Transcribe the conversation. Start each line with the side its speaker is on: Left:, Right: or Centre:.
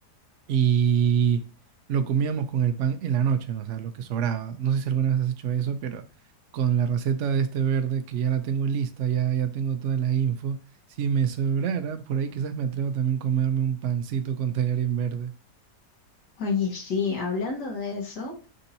Right: y lo comíamos con el pan en la noche, ¿no? O sea, lo que sobraba. No sé si alguna vez has hecho eso, pero con la receta de este verde que ya la tengo lista, ya, ya tengo toda la info, si me sobrara, por ahí quizás me atrevo también a comerme un pancito con tallarín verde.
Left: Oye, sí, hablando de eso.